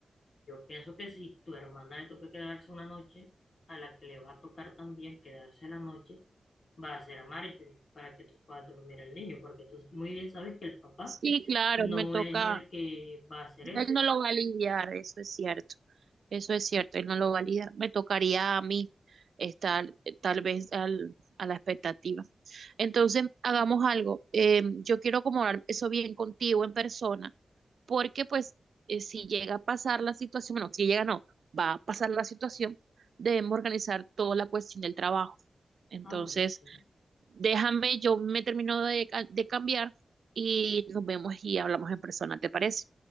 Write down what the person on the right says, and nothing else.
Sí, claro,
me toca,
Él no lo va a lidiar, eso es cierto, eso es cierto, él no lo va a lidiar. Me tocaría a mí estar eh, tal vez al, a la expectativa. Entonces, hagamos algo. eh, yo quiero acomodar eso bien contigo en persona, porque pues eh, si llega a pasar la situación, bueno, si llega no, va a pasar la situación, debemos organizar toda la cuestión del trabajo. Entonces,
déjame, yo me termino de, ca- de cambiar y nos vemos y hablamos en persona, ¿te parece?